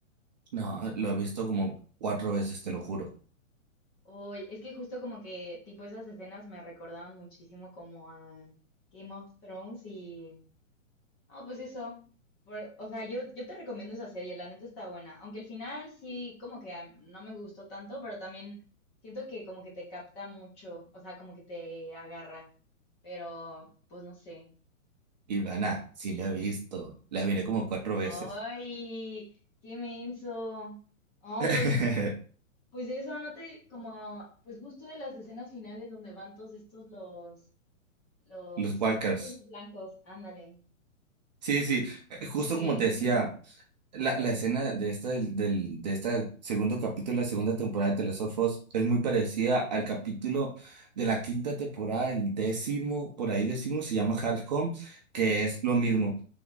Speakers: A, on the right; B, on the left.
A: No, eh, lo he visto como cuatro veces, te lo juro.
B: Oye, es que justo como que tipo esas escenas me recordaban muchísimo como a Game of Thrones y Ah, pues eso. Por- o sea, yo, yo te recomiendo esa serie, la neta está buena. Aunque el final sí, como que ah, no me gustó tanto, pero también siento que como que te capta mucho, o sea, como que te agarra. Pero, pues no sé.
A: Y Ivana, sí la he visto, la miré como cuatro
B: ¡Ay!
A: veces.
B: ¡Qué inmenso! Oh,
A: <laughs>
B: pues, pues eso, no te, como, pues justo de las escenas finales donde van todos estos los, los,
A: Los Walkers.
B: estos blancos, ándale.
A: Sí, sí, eh, justo
B: Como que
A: como te decía.
B: sí, ¿no?
A: La, la escena de esta del, del- de este segundo capítulo de la segunda temporada de The Last of Us es muy parecida al capítulo de la quinta temporada, el décimo, por ahí décimo se llama Hard Home, que es lo mismo